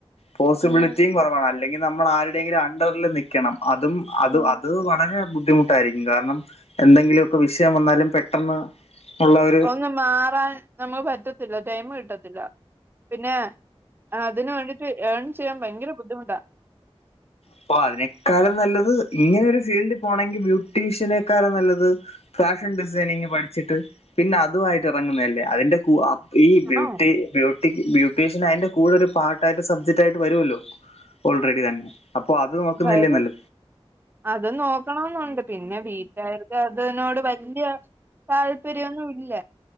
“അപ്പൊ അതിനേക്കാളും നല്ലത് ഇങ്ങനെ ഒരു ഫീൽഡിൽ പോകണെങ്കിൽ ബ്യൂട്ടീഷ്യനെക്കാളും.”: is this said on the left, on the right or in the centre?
Left